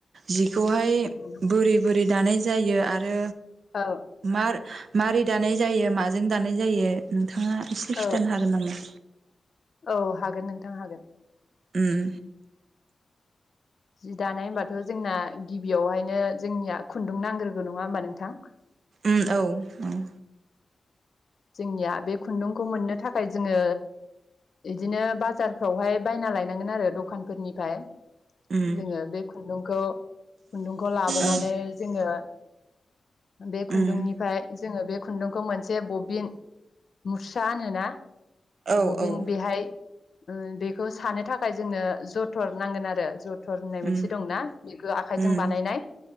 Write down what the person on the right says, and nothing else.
जिखौहाय
बोरै बोरै दानाय जायो आरो
मार माबोरै दानाय जायो माजों दानाय जायो? नोंथाङा एसे
खिथानो हागोन नामा?
उम
ओम औ-औ
उम
औ
उम
औ
औ
उम
उम